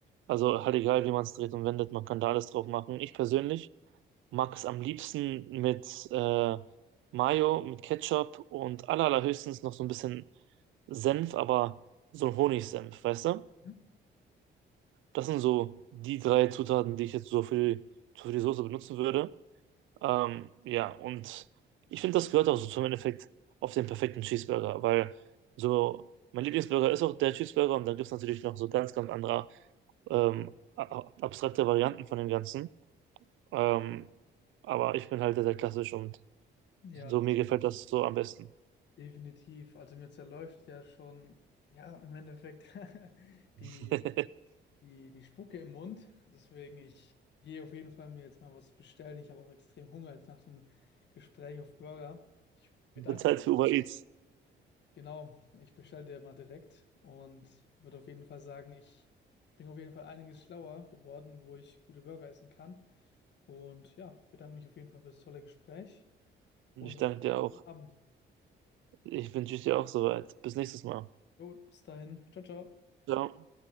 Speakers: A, on the right; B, on the left.
A: Also halt egal, wie man es dreht und wendet, man kann da alles drauf machen. Ich persönlich mag es am liebsten mit äh, Mayo, mit Ketchup und aller, allerhöchstens noch so ein bisschen Senf, aber so ein Honigsenf, weißt du?
B: Mhm.
A: Das sind so die drei Zutaten, die ich jetzt so für, für die Soße benutzen würde. Ähm, ja, und ich finde, das gehört auch so zum Endeffekt auf den perfekten Cheeseburger, weil so mein Lieblingsburger ist auch der Cheeseburger und dann gibt es natürlich noch so ganz, ganz andere ähm, a- a- abstrakte Varianten von dem Ganzen. Ähm, aber ich bin halt der, der klassisch und
B: Ja,
A: So,
B: das
A: mir gefällt das so am besten.
B: definitiv. Also mir zerläuft ja schon, ja, im Endeffekt <laughs>
A: <laughs>
B: die die, die Spucke im Mund. Deswegen, ich gehe auf jeden Fall mir jetzt mal was bestellen. Ich habe auch extrem Hunger jetzt nach dem Gespräch auf Burger. Ich bedanke
A: Bezahlt
B: mich.
A: für Uber Eats.
B: Genau, ich bestelle dir mal direkt und würde auf jeden Fall sagen, ich bin auf jeden Fall einiges schlauer geworden, wo ich gute Burger essen kann. Und ja, bedanke mich auf jeden Fall für das tolle Gespräch und
A: Und ich danke
B: wünsche
A: dir
B: einen
A: auch.
B: guten Abend.
A: Ich wünsche dir auch soweit. Bis nächstes Mal.
B: Jo, bis dahin. Ciao, ciao.
A: Ciao.